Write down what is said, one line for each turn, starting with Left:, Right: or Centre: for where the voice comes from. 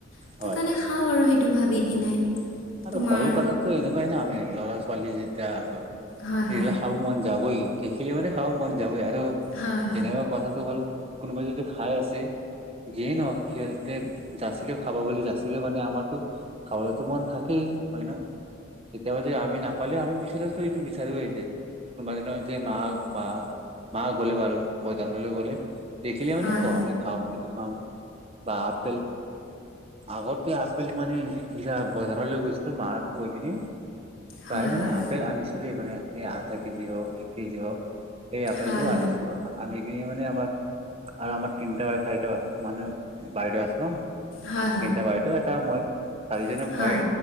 Left: সিটোকাৰণে
Right: হয়
Left: খাও আৰু সেইটো ভাবি কিনে৷
Right: অতো
Left: তোমাৰ
Right: সৰু কালততো এনেকুৱাই ন আমি? ল'ৰা-ছোৱালী যেতিয়া
Left: হয়
Right: সেইগিলা
Left: হয়
Right: খাব মন যাবই৷ দেখিলে মানে খাব মন যাবই আৰু৷ তো
Left: হয়
Right: তেনেকুৱা কথাটো হ'ল, কোনোবাই যদি খাই আছে, যিয়েই নহওক সিহঁতে যাচিলেও খাব বুলি, যাচিলেও মানে আমাৰতো খাবলৈতো মন থাক কেই, হয় ন? কেতিয়াবা যদি আমি নাপালেও আমি <unintelligible> এইটো বিচাৰো <unintelligible> কোন্‌বা দিনা যে মা-বা-মা গ'লে বাৰু, বজাৰলে গ'লে, দেখিলে মানি
Left: হয়
Right: কওঁ,
Left: হয়
Right: আমি খাম এইটো৷ অ বা আপেল৷ আগতে আপেল মানে যেতিয়া বজাৰ ঘৰলৈ গৈছিলো মাক কৈ কিনি, প্ৰায়
Left: হয়
Right: মানে
Left: হয়
Right: আপেল আনিছিল মানে এই আধা কেজি হওক এক কেজি হওক, এই আপেলটো
Left: হয়
Right: আনিছিলো, আনি আনি মানে আমাৰ আৰু আমাৰ তিনিটা বা চাৰিটা মানুহ-বাইদ' আছে ন!
Left: হয় হয় হয় হয় হয়
Right: তিন্‌টা বাইদ' এটা মই, চাৰিজনে
Left: হয়
Right: ভগায়